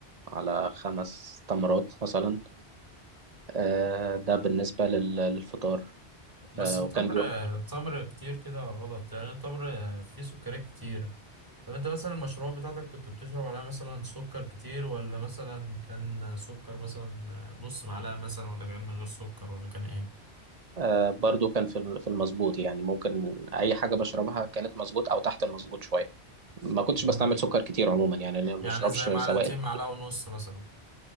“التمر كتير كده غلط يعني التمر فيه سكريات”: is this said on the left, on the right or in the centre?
Right